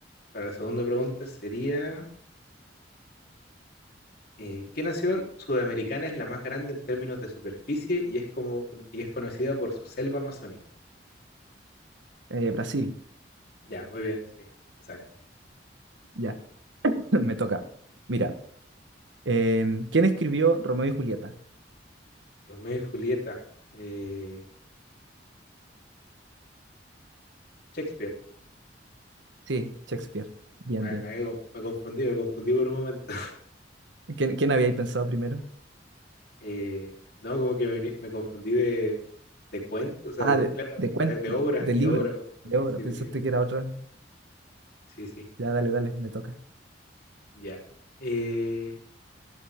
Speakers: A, on the left (about 60°); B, on the right (about 85°).
A: Para la segunda pregunta sería, eh, ¿qué nación sudamericana es la más grande en términos de superficie y es como y es conocida por su selva amazónica?
B: Eh, Brasil,
A: Ya, muy bien. Sí, exacto.
B: ya, <laughs> me toca. Mira. Em, ¿quién escribió Romeo y Julieta?
A: Romeo y Julieta. eh, Shakespeare.
B: Sí, Shakespeare. Bien,
A: Me,
B: bien.
A: me, me confundí, me confundí por un momento.
B: ¿Quién, quién habíais pensado primero?
A: Eh, no, como que me, vení- me confundí de, de cuento, o sea,
B: Ah,
A: de-
B: de,
A: claro,
B: de cuen-
A: de, de obra,
B: de
A: de
B: libro,
A: obra me confundí,
B: de obra.
A: sí,
B: Pensaste
A: de libro.
B: que era otra.
A: Sí, sí,
B: Ya, dale, dale, me toca.
A: ya. Eh,